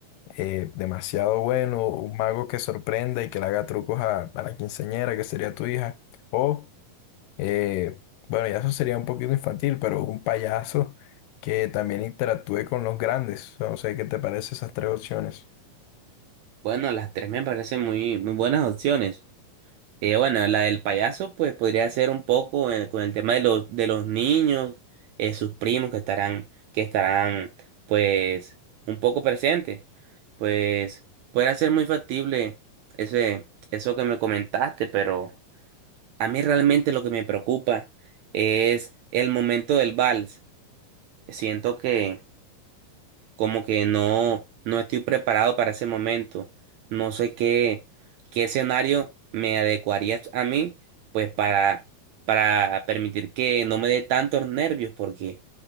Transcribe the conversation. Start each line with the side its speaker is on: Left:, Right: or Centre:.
Left: eh, demasiado bueno, un mago que sorprenda y que le haga trucos a, a la quinceañera, que sería tu hija. O eh, bueno, ya eso sería un poquito infantil, pero un payaso que también interactúe con los grandes. No sé qué te parece esas tres opciones.
Right: Bueno, las tres me parecen muy, muy buenas opciones. Eh, bueno, la del payaso, pues podría ser un poco eh, con el tema de los, de los niños, eh, sus primos que estarán, que estarán, pues, un poco presentes. Pues, podría ser muy factible ese, eso que me comentaste, pero a mí realmente lo que me preocupa es el momento del vals. Siento que como que no, no estoy preparado para ese momento. No sé qué, qué escenario me adecuaría a mí, pues para, para permitir que no me dé tantos nervios, porque